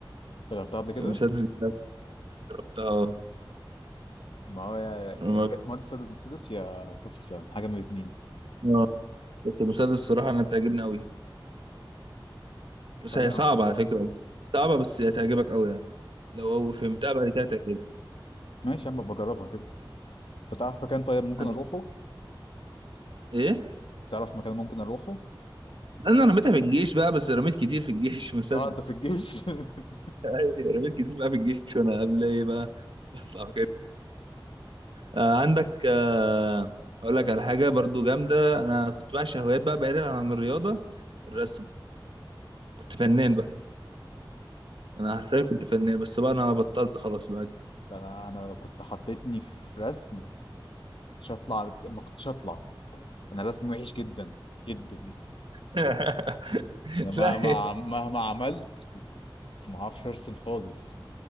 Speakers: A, on the left; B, on the right.
A: اشتغلتها قبل كده
B: مسدس جناب برضه، اه
A: ما هو يا يا
B: أنا-
A: رماية مهندس سدد مسدس يا قوس وسهم حاجه من الاثنين
B: آه. بس المسدس الصراحة أنا بتعجبني أوي بس
A: طب
B: هي
A: يا عم
B: صعبة على فكرة بس صعبة بس هي هتعجبك أوي يعني لو فهمتها بعد كده هتعجبك
A: ماشي يا عم بجربها كده انت تعرف مكان طيب ممكن
B: أنا
A: اروحه
B: إيه؟
A: تعرف مكان ممكن اروحه
B: أنا رميتها في الجيش بقى بس رميت كتير في الجيش <laughs> مسدس
A: اه انت في الجيش <laughs>
B: أيوة، رميت كتير بقى في الجيش وأنا قبل إيه بقى <laughs> بطلع كده آه عندك آه أقول لك على حاجة برضو جامدة أنا كنت بعشق هوايات بقى بعيدا عن الرياضة الرسم كنت فنان بقى أنا حرفيا كنت فنان بس بقى أنا بطلت خلاص بقى
A: ده انا انا لو كنت حطيتني في رسم كنتش هطلع ما كنتش هطلع انا رسمي وحش جدا جدا
B: <laughs>
A: انا مهما
B: لا
A: مهما عملت كنت ما اعرفش ارسم خالص